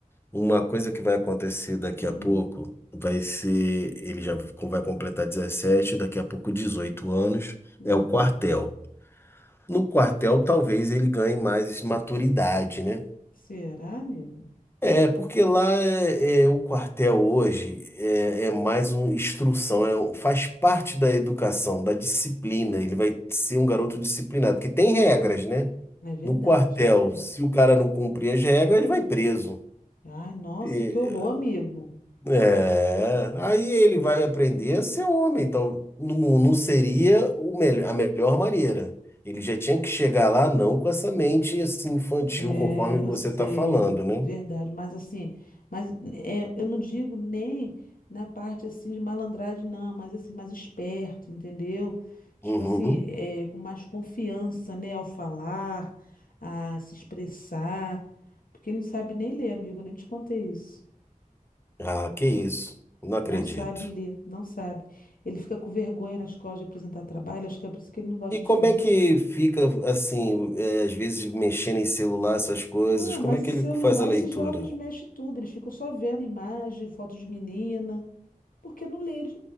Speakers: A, on the left; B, on the left.
A: Uma coisa que vai acontecer daqui
B: Hum,
A: a pouco vai ser, ele já vai completar 17 daqui a pouco 18 anos,
B: hum.
A: é o quartel. No quartel, talvez ele ganhe mais maturidade, né?
B: Será, amigo?
A: É, porque lá é, é, o quartel hoje é, é mais uma instrução, é um- faz parte da educação, da disciplina. Ele vai ser um garoto disciplinado, porque tem regras, né?
B: É verdade,
A: No quartel,
B: é verdade.
A: se o cara não cumprir as regras, ele vai preso.
B: Ai, nossa,
A: É,
B: que horror, amigo.
A: É, aí ele vai aprender a ser um homem, então não, não seria o mel- a melhor maneira. Ele já tinha que chegar lá não com essa mente assim infantil, conforme
B: É,
A: você
B: eu sei,
A: está falando, né?
B: verdade, mas assim, mas é, eu não digo nem na parte assim de malandragem, não, mas assim, mais esperto, entendeu? Tipo
A: Uhum.
B: assim, é, com mais confiança, né, ao falar, a se expressar, porque ele não sabe nem ler, amigo, eu nem te contei isso.
A: Ah, que isso, não acredito.
B: Não sabe ler, não sabe. Ele fica com vergonha na escola de apresentar trabalho, acho que é por isso que ele não gosta
A: E
B: de
A: como
B: ir.
A: é que fica assim, é, às vezes mexendo em celular, essas coisas,
B: Ah,
A: como
B: mas
A: é que
B: e celular,
A: ele faz a leitura?
B: esses jovens mexem tudo, eles ficam só vendo imagem, foto de menina. Porque não lê, eles,